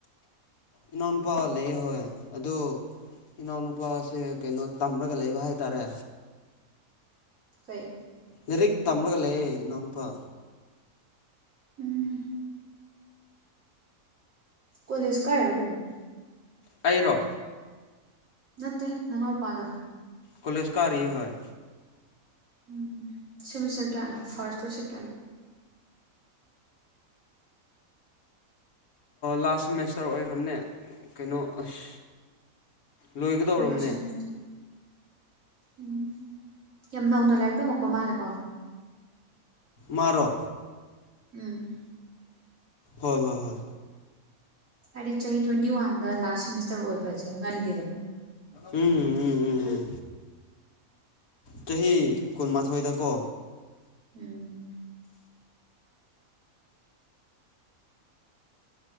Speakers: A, on the left; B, on the right.
A: ꯏꯅꯥꯎꯅꯨꯄꯥ ꯂꯩꯌꯦꯦꯍꯣꯏ ꯑꯗꯣ ꯏꯅꯥꯎꯅꯨꯄꯥꯁꯦ ꯀꯩꯅꯣ ꯇꯝꯔꯒ ꯂꯩꯕ ꯍꯥꯏꯇꯥꯔꯦ
B: ꯀꯩ
A: ꯂꯥꯏꯔꯤꯛ ꯇꯝꯃꯒ ꯂꯩꯌꯦ ꯏꯅꯥꯎꯅꯨꯄꯥ
B: ꯎꯝ ꯀꯣꯂꯦꯖ ꯀꯥꯏꯔꯣ ꯀꯩꯅꯣ
A: ꯑꯩꯔꯣ
B: ꯅꯠꯇꯦ ꯅꯅꯥꯎꯄꯥꯗꯣ
A: ꯀꯣꯂꯦꯁꯀꯥꯔꯤꯌꯦ ꯍꯣꯏ
B: ꯎꯝ ꯁꯦꯃꯤꯁꯇꯔ ꯀꯥꯌꯥꯅꯣ ꯐꯁꯠ ꯂꯣ ꯁꯦꯀꯦꯟ
A: ꯂꯥꯁ ꯁꯦꯃꯦꯁꯇ꯭ꯔ ꯑꯣꯏꯈ꯭ꯔꯕꯅꯦ ꯀꯩꯅꯣ ꯑꯁ ꯂꯣꯏꯒꯗꯧꯔꯕꯅꯦ
B: ꯂꯥꯁ ꯁꯦꯃꯤꯁꯇꯔ ꯎꯝ ꯌꯥꯝ ꯅꯧꯅ ꯂꯥꯏꯔꯤꯛ ꯇꯝꯃꯛꯄ ꯃꯥꯜꯂꯦꯀꯣ
A: ꯃꯥꯔꯣ
B: ꯎꯝ
A: ꯍꯣꯏ ꯍꯣꯏ ꯍꯣꯏ
B: ꯍꯥꯏꯗꯤ ꯆꯍꯤ ꯇ꯭ꯋꯦꯟꯇꯤ ꯋꯥꯟꯗ ꯂꯥꯁ ꯁꯦꯃꯤꯁꯇ꯭ꯔ ꯑꯣꯏꯕꯁꯦ ꯉꯜꯂꯤꯗꯅ
A: ꯎꯝ ꯎꯝ ꯎꯝ ꯎꯝ ꯆꯍꯤ ꯀꯨꯟꯃꯥꯊꯣꯏꯗ ꯀꯣ
B: ꯎꯝ